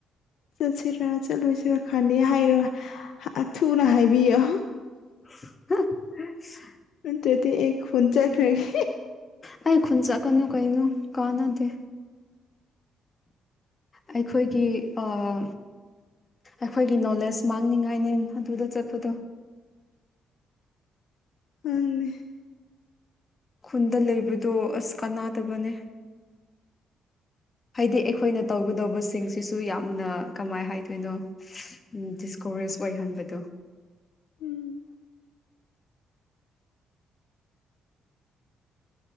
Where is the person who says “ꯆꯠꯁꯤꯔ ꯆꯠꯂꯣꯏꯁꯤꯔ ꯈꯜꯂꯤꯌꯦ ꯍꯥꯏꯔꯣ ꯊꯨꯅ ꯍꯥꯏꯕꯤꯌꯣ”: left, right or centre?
Left